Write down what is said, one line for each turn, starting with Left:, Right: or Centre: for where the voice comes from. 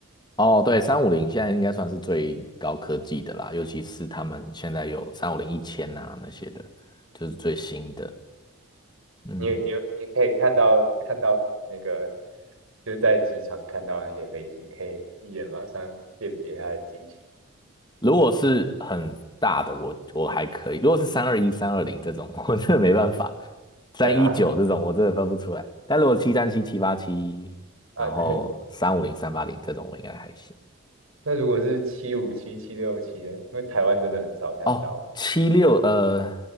Left: 哦，对，三五零现在应该算是最高科技的啦，尤其是他们现在有三五零一千啊那些的，就是最新的。嗯，
Right: 你你你可以看到看到那个就是在机场看到那些飞机，你可以一眼马上辨别它的机型。
Left: 如果是很大的，我我还可以；如果是三二一、三二零这种，<laughs> 我真的没办法；三一九这种，
Right: 对啊，
Left: 我真的分不出来。但如果七三七、七八七，
Right: 啊对，
Left: 然后三五零、三八零这种，我应该还行。
Right: 那如果是七五七、七六七呢？因为台湾真的很少看到，
Left: 哦，七六呃，